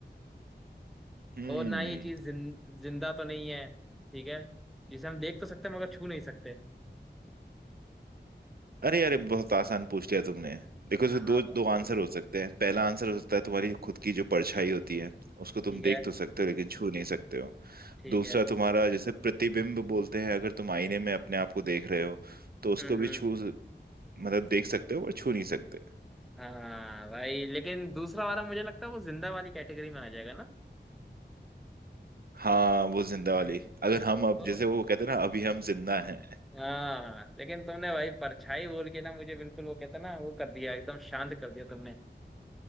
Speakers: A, on the right; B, in the centre.
A: हम्म
B: और ना ये चीज जिन, जिंदा तो नहीं है ठीक है जिसे हम देख तो सकते हैं मगर छू नहीं सकते
A: अरे अरे बहुत आसान पूछ लिया तुमने देखो इसमें
B: हाँ
A: दो
B: तो
A: दो आंसर हो सकते हैं पहला आंसर हो
B: हाँ,
A: सकता है तुम्हारी खुद की जो परछाई होती है उसको
B: ठीक
A: तुम देख
B: है
A: तो सकते हो लेकिन छू नहीं सकते हो
B: ठीक
A: दूसरा
B: है
A: तुम्हारा जैसे प्रतिबिंब बोलते हैं अगर तुम आईने में अपने आप को देख रहे हो तो उसको
B: हम्म
A: भी
B: हम्म
A: छू मतलब देख सकते हो पर छू नहीं सकते
B: हाँ भाई लेकिन दूसरा वाला मुझे लगता है वो जिंदा वाली कैटेगरी में आ जाएगा ना
A: हाँ वो जिंदा
B: हाँ,
A: वाली
B: नहीं,
A: अगर हम अब
B: तो
A: जैसे वो कहते हैं ना अभी हम जिंदा हैं
B: हाँ लेकिन तुमने भाई परछाई बोल के ना मुझे बिल्कुल वो कहते हैं ना वो कर दिया एकदम शांत कर दिया तुमने